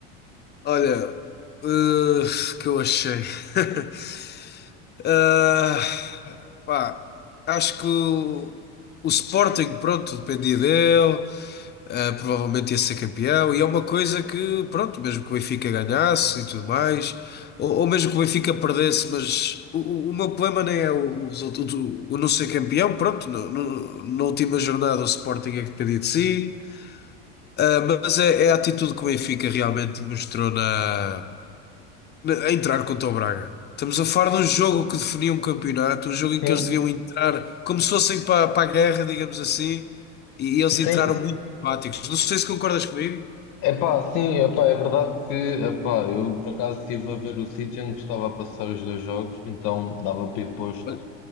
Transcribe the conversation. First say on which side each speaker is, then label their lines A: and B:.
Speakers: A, on the left (about 30°); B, on the left (about 60°).
A: Olha, eh, que eu achei. <laughs> ah pá, acho que o, o Sporting, pronto, dependia dele. Uh, provavelmente ia ser campeão, e é uma coisa que, pronto, mesmo que o Benfica ganhasse e tudo mais, ou, ou mesmo que o Benfica perdesse, mas o, o- o meu problema nem é o, o resultado, o, o não ser campeão, pronto, no, no- na última jornada o Sporting é que dependia de si, Uh, mas é, é a atitude que o Benfica realmente mostrou na, a entrar contra o Braga. Estamos a falar de um jogo que definia um campeonato, um jogo em
B: Sim,
A: que eles deviam entrar como se fossem para, para a guerra, digamos assim, e e eles entraram
B: sim.
A: muito apáticos. Não sei se concordas comigo.
B: Epá, sim, epá, é verdade que epá, eu por acaso estive a ver o sítio em que estava a passar os dois jogos, então dava para ir posto
A: Olha,